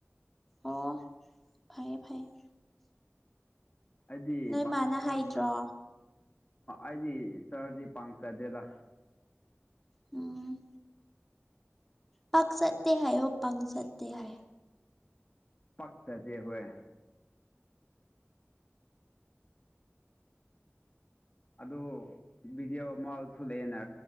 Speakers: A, in the centre; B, on the left.
A: ꯑꯣ ꯐꯩꯌꯦ ꯐꯩꯌꯦ
B: ꯑꯩꯗꯤ
A: ꯅꯣꯏ
B: ꯄꯥꯛ
A: ꯃꯥꯅ
B: ꯆꯔꯖꯨ
A: ꯍꯥꯏꯗ꯭ꯔꯣ
B: ꯑꯩꯗꯤ ꯆꯥꯔꯖꯗꯤ ꯄꯥꯛꯅ ꯆꯠꯇꯦꯗ
A: ꯑꯝ ꯄꯥꯛꯆꯠꯇꯦ ꯍꯥꯏꯌꯨ ꯄꯥꯝꯖꯗꯦ ꯍꯥꯢ
B: ꯄꯥꯛꯖꯗꯦ ꯍꯣꯢ ꯑꯗꯣ ꯚꯗꯤꯑꯣ ꯑꯃꯁꯨ ꯂꯩꯑꯦꯅ